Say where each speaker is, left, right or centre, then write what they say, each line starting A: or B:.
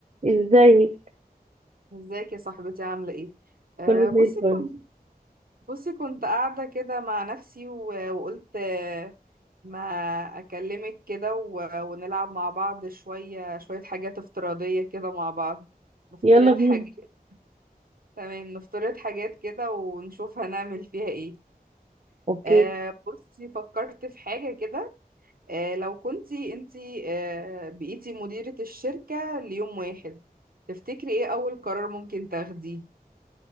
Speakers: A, on the right (about 45°); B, on the right (about 65°).
A: ازاي
B: ازيك يا صاحبتي عاملة ايه؟ آه
A: كله
B: بصي
A: زي الفل
B: كنت بصي كنت قاعدة كده مع نفسي و- وقلت آه، ما أكلمك كده و- ونلعب مع بعض شوية شوية حاجات افتراضية كده مع بعض نفترض
A: يلا بينا
B: حاجات تمام نفترض حاجات كده ونشوف هنعمل فيها ايه
A: اوكي
B: آه بصي فكرت في حاجة كده آه لو كنتي انتي آه بقيتي مديرة الشركة ليوم واحد تفتكري ايه أول قرار ممكن تاخديه؟